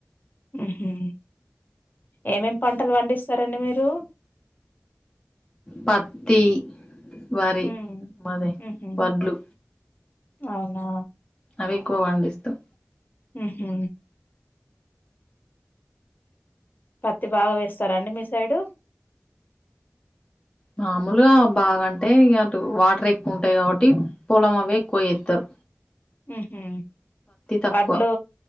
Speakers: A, on the left (about 40°); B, on the left (about 15°).
A: ఊహు ఏమేమి పంటలు పండిస్తారండి మీరు
B: పత్తి వరి
A: హ్మ్.
B: మాది
A: హుహు.
B: వడ్లు
A: అవునా
B: అవి ఎక్కువ పండిస్తాం
A: ఉహు పత్తి బాగా వేస్తారా అండి మీ సైడు
B: మామూలుగా బాగాంటే ఇగ అటు వాటర్ ఎక్కువ ఉంటాయి కాబట్టి పొలం అవే ఎక్కువేస్తారు
A: ఉహు
B: తక్కువ
A: వడ్లు